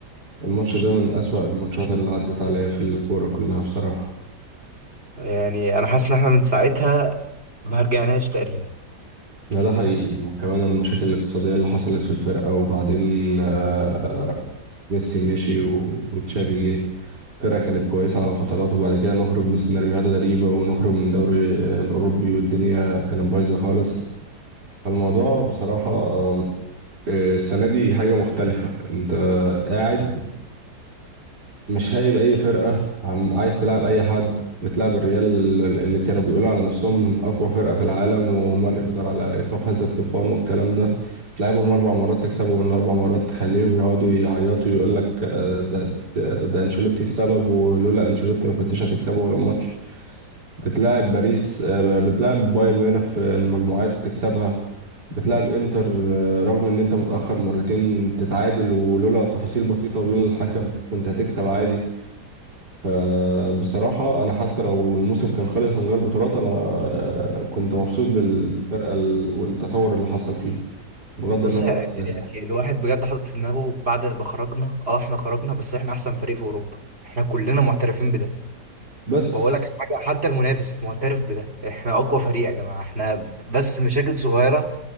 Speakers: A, on the right; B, on the right.
A: الماتش ده من أسوأ الماتشات اللي عدت عليا في الكورة كلها بصراحة
B: يعني انا حاسس ان احنا من ساعتها ما رجعناش تقريبا
A: لا ده حقيقي وكمان المشاكل الاقتصادية اللي حصلت في الفرقة وبعدين آه ميسي مشي و- وتشافي جه الفرقة كانت كويسة على فترات وبعد كده نخرج بسيناريوهات غريبة ونخرج من دوري الأوروبي والدنيا كانت بايظة خالص فالموضوع بصراحة آه، السنة دي حاجة مختلفة أنت قاعد مش هايب اي فرقه عم عايز تلعب اي حد بتلعب الريال اللي كانوا بيقولوا على نفسهم اقوى فرقه في العالم ومن يقدر على ايقاف هذا الطوفان والكلام ده تلعبهم اربع مرات تكسبهم من اربع مرات تخليهم يقعدوا يعيطوا يقول لك آه، ده ده ده انشيلوتي السبب ولولا انشيلوتي ما كنتش هتكسبه ولا ماتش بتلاعب باريس آه، بتلاعب بايرن ميونخ في المجموعات تكسبها بتلعب انتر آه، رغم ان انت متأخر مرتين تتعادل ولولا تفاصيل بسيطة ولولا الحكم كنت هتكسب عادي فبصراحة أنا حتى لو الموسم كان خلص من غير بطولات أنا آه، كنت مبسوط بالفرقة ال- والتطور اللي حصل فيه بغض
B: بص
A: النظر
B: يا-
A: عن ده
B: يعني الواحد بجد حاطط في دماغه بعد ما خرجنا اه احنا خرجنا بس احنا احسن فريق في اوروبا احنا كلنا معترفين بده
A: بس
B: واقول لك حاجة حتى المنافس معترف بده احنا اقوى فريق يا جماعة احنا بس مشاكل صغيرة